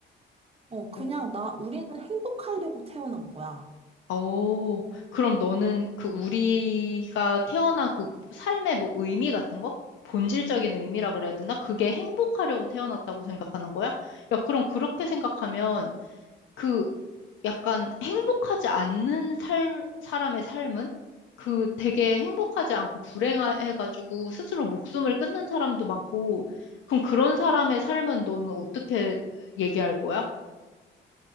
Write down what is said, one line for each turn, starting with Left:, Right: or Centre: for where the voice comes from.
Right: 어, 그냥
Left: 어,
Right: 나, 우리는 행복하려고 태어난 거야.
Left: 오, 그럼 너는 그 우리가 태어난 그 삶의 뭐 의미 같은 거? 본질적인 의미라 그래야 되나? 그게 행복하려고 태어났다고 생각하는 거야? 야, 그럼 그렇게 생각하면 그 약간 행복하지 않는 삶, 사람의 삶은 그 되게 행복하지 않고 불행해가지고 스스로 목숨을 끊는 사람도 많고, 그럼 그런 사람의 삶은 너는 어떻게 얘기할 거야?